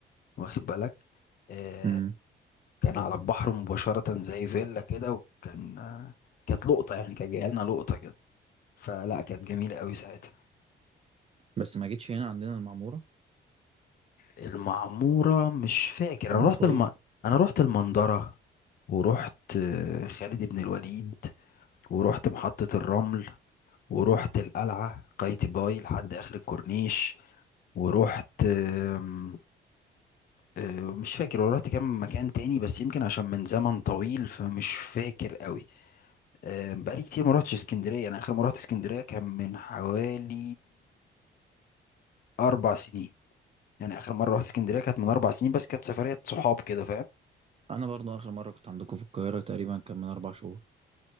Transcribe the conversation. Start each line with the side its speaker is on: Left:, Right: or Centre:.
Left: واخد بالك آه
Right: امم
Left: كان على البحر مباشرة زي فيلا كده وكان آه كانت لقطة يعني كان جايلنا لقطة كده فلا كانت جميلة قوي ساعتها
Right: بس ما جيتش هنا عندنا المعمورة
Left: المعمورة مش فاكر
Right: كان
Left: انا
Right: مصايف
Left: رحت الم... انا رحت المنظرة ورحت آه، خالد بن الوليد ورحت محطة الرمل ورحت القلعة قايتباي لحد اخر الكورنيش ورحت آم، آه، مش فاكر ورحت كام مكان تاني بس يمكن عشان من زمن طويل فمش فاكر قوي آم، بقالي كتير ما رحتش اسكندرية انا اخر مرة رحت اسكندرية كان من حوالي آه، اربع سنين يعني اخر مرة رحت اسكندرية كانت من اربع سنين بس كانت سفرية صحاب كده فاهم
Right: انا برضو اخر مرة كنت عندكم في القاهرة تقريبا كان من اربع شهور